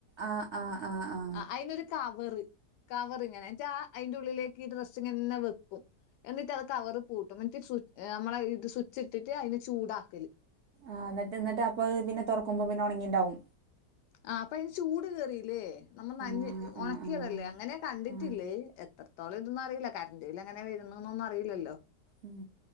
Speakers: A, on the right; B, on the left.
A: ആഹ് ആഹ് ആഹ് ആഹ്
B: ആ അയിനൊരു കവറ് കവർ ഇങ്ങനെ ഇജാ അയ്ൻ്റെ ഉള്ളിലേക്ക് ഈ ഡ്രസ്ങ്ങനെ വെ എന്നിട്ട് അത് കവറ് പൂട്ടും എന്നിട്ട് സ്വി നമ്മളെ ഇത് സ്വുച്ച് ഇട്ടിട്ട് അയ്നെ ചൂടാക്കല്
A: ആഹ് ഇന്നട്ട് ന്നട്ട്അപ്പൊ പിന്നെ തൊറക്ക്മ്പോ പിന്നെ ഒണങ്ങിയിണ്ടാവും
B: ആ അപ്പ അയ്ന് ചൂട് കേറില്ലേ നമ്മൾ നഞ്
A: ആഹ് ആഹ്
B: ഒണക്കിയതല്ലേ
A: ആഹ് ആഹ്
B: അങ്ങനെ കണ്ടിട്ടില്ലേ
A: ആഹ്
B: എത്രത്തോളം ഇതൊന്നു അറിയില്ല കറ്ൻ്റ്ബില്ലെങ്ങനെ വരുന്നു ന്നൊന്നും അറിയില്ലല്ലോ
A: ഉം